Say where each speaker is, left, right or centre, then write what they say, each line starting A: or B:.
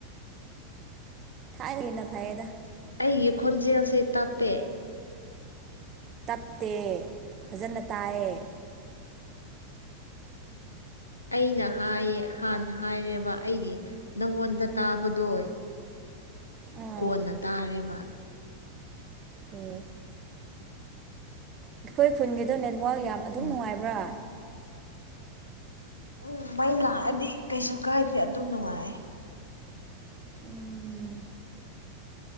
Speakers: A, on the right; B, on the left.
A: ꯊꯥꯏꯅꯒꯤꯅ ꯐꯩꯌꯦꯗ
B: ꯎ ꯑꯩꯒꯤ ꯈꯣꯟꯖꯦꯜꯁꯦ ꯇꯥꯞꯄꯦ
A: ꯇꯞꯇꯦ ꯐꯖꯅ ꯇꯥꯏꯑ
B: ꯑꯩꯅ ꯍꯥꯏꯌꯦ ꯍꯥꯟꯅ ꯍꯥꯏꯔꯦꯕ ꯑꯩꯒꯤ ꯅꯪꯉꯣꯟꯗ ꯇꯥꯕꯗꯣ
A: ꯑꯥ
B: ꯀꯣꯟꯅ ꯇꯥꯔꯦꯕ
A: ꯑꯣ ꯑꯩꯈꯣꯏ ꯈꯨꯟꯒꯤꯗꯣ ꯅꯦꯠꯋꯥꯛꯛ ꯌꯥꯝ ꯑꯗꯨꯝ
B: ꯎꯝ
A: ꯅꯨꯡꯉꯥꯏꯕ꯭ꯔꯥ
B: ꯎꯝ ꯃꯩ ꯂꯥꯛꯑꯗꯤ ꯀꯩꯁꯨ ꯀꯥꯏꯗꯦ ꯑꯗꯨꯝ ꯅꯨꯡꯉꯥꯏ
A: ꯎꯝ